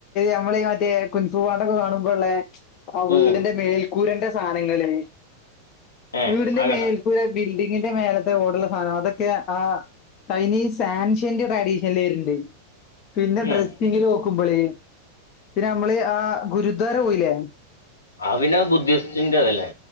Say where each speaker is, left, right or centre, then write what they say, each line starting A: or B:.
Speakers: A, on the left (about 40°); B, on the left (about 75°).
A: നമ്മള് മ റ്റ മ കുൽസുപാടൊക്കെ കാണുമ്പോള്ളെ ആ വീടിന്റെ
B: ഉം
A: മേൽക്കൂരന്റെ സാനങ്ങള്
B: ഏ
A: വീടിന്റെ
B: ആ കണ്ട
A: മേൽക്കൂര ബിൽഡിങ്ങിന്റെ മേല ഓടുള്ള സാധനം അതൊക്കെ ആ ചൈനീസ് സാൻഷന്റ് ട്രാഡീഷൻൽ വരണ്ട് പിന്നെ ഡ്രസ്സിങ്ങില്
B: ഉം
A: നോക്കുമ്പള് പിന്നെ നമ്മള് ആ ഗുരുദ്വാര പോയില്ലേ
B: അപിന്നെ ബുദ്ധിസ്റ്റിന്റെ അതല്ലേ